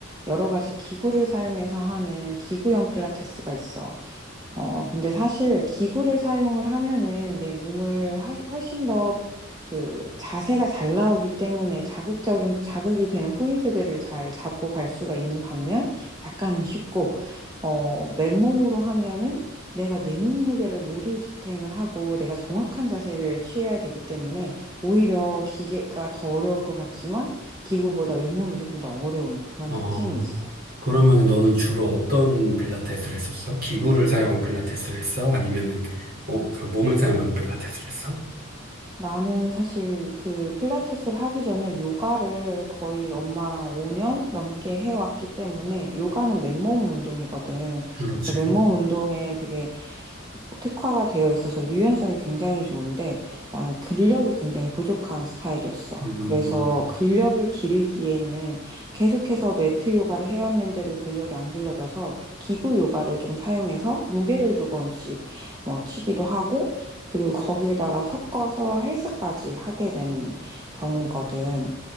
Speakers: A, on the right; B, on the right.
A: 여러 가지 기구를 사용해서 하는 기구형 필라테스가 있어. 어, 근데 사실 기구를 사용을 하면은 내 몸을 훨- 훨씬 더 그 자세가 잘 나오기 때문에 자극적인, 자극이 되는 포인트들을 잘 잡고 갈 수가 있는 반면 약간은 쉽고, 어, 맨몸으로 하면은 내가 내 몸무게를 모두 집탱을 하고 내가 정확한 자세를 취해야 되기 때문에 오히려 기계가 더 어려울 것 같지만 기구보다 맨몸이 조금 더 어려운 그런
B: 어
A: 특징이 있어.
B: 그러면 너는 주로 어떤 필라테스를 했었어? 기구를 사용한 필라테스를 했어? 아니면은 어, 그 몸을 사용하는 필라테스를 했어?
A: 나는 사실 그 필라테스를 하기 전에 요가를 거의 엄마랑 5년 넘게 해왔기 때문에 요가는 맨몸 운동이거든.
B: 그렇지.
A: 그래서 맨몸 운동에 되게 특화가 되어 있어서 유연성이 굉장히 좋은데 나는 근력이 굉장히 부족한 스타일이었어.
B: 음,
A: 그래서 근력을 기르기에는 계속해서 매트 요가를 해왔는데도 근력이 안 길러져서 기구 요가를 좀 사용해서 무게를 조금씩 뭐 치기도 하고 그리고 거기에다가 섞어서 헬스까지 하게 된 경우거든.